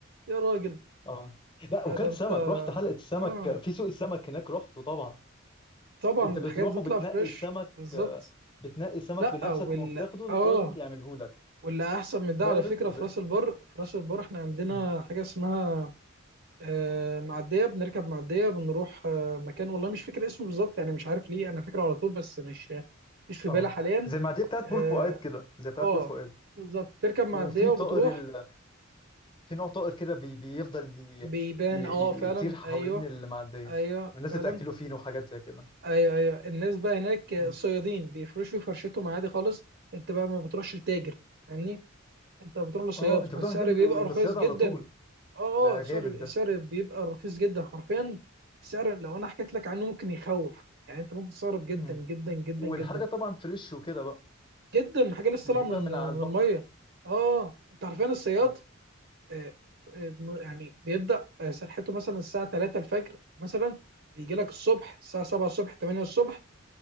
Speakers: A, on the right (about 60°); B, on the left (about 25°).
A: يا راجل
B: اه لا
A: لا
B: وكلت
A: ده انت
B: سمك رحت حلقة السمك
A: اه
B: في سوق السمك هناك رحت طبعا
A: طبعا
B: انت بتروح
A: الحاجات بتطلع
B: وبتنقي
A: فريش
B: السمك
A: بالظبط
B: آه، بتنقي السمك
A: لا
B: بنفسك
A: وال
B: وبتاخده للراجل
A: اه
B: يعمله لك
A: واللي احسن من ده
B: لا
A: على
B: يا باشا
A: فكره
B: ازاي
A: في راس البر في راس البر احنا عندنا
B: مم.
A: حاجه اسمها آه معديه بنركب معديه بنروح آه مكان والله مش فاكر اسمه بالظبط يعني مش عارف ليه انا فاكره على طول بس مش مش في
B: اه
A: بالي حاليا
B: زي المعديه بتاعت
A: اه,
B: بور فؤاد كده زي بتاعت
A: آه
B: بور فؤاد
A: بالظبط تركب معديه
B: وفي طائر
A: وبتروح
B: ال... في نوع طائر كده بي... بيفضل ي...
A: بيبان
B: ي...
A: اه فعلا
B: يطير حوالين
A: ايوه
B: المعدية
A: ايوه
B: والناس
A: فعلا
B: بتاكله فين وحاجات زي كده
A: ايوه ايوه الناس بقى هناك
B: مم.
A: صيادين بيفرشوا فرشتهم عادي خالص انت بقى ما بتروحش لتاجر فاهمني انت بتروح لصياد
B: اه انت
A: فالسعر
B: بتروح تجيب
A: بيبقى
B: من
A: رخيص
B: الصيادة
A: جدا
B: على طول
A: اه
B: ده
A: اه السعر
B: جامد
A: السعر
B: ده
A: بيبقى رخيص جدا حرفيا السعر لو انا حكيت لك عنه ممكن يخوف يعني انت ممكن تستغرب جدا
B: مم.
A: جدا جدا
B: والحاجة
A: جدا
B: طبعا فريش وكده بقى
A: جدا حاجه لسه
B: انت
A: طالعه
B: جايبها
A: من
B: من على البحر
A: من الميه اه انت حرفيا الصياد
B: مم.
A: آه، آه، يعني بيبدا آه، سرحته مثلا الساعه 3 الفجر مثلا بيجي لك الصبح الساعه 7 الصبح 8 الصبح